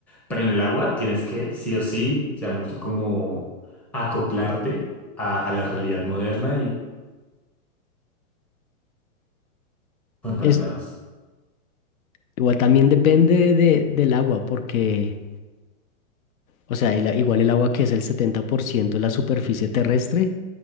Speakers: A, in the centre; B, on the left.
A: pero en el agua tienes que, sí o sí, llamémoslo como acoplarte a, a la realidad moderna y contaminados.
B: Es, igual también depende de, del agua porque... O sea, el a- igual el agua que es el 70% de la superficie terrestre,